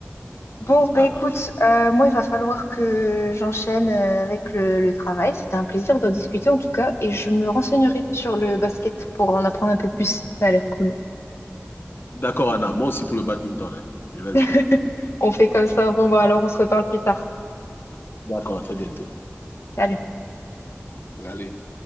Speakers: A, on the left (about 80°); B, on the left (about 55°).
A: Bon,
B: C'est
A: bah
B: pas
A: écoute,
B: grave.
A: euh, moi, il va falloir que j'enchaîne euh, avec le, le travail. C'était un plaisir d'en discuter en tout cas, et je me renseignerai sur le basket pour en apprendre un peu plus. Ça a l'air cool.
B: D'accord, Anna. Moi aussi pour le badminton, hein. Je vais le
A: <laughs>
B: faire.
A: On fait comme ça. Bon, bah alors, on se reparle plus tard.
B: D'accord, à très bientôt.
A: Salut.
B: Allez.